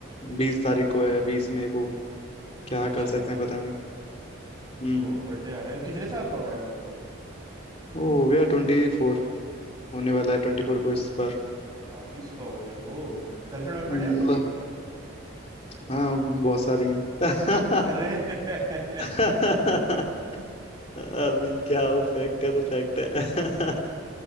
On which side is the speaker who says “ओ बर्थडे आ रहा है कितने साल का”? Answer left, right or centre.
Right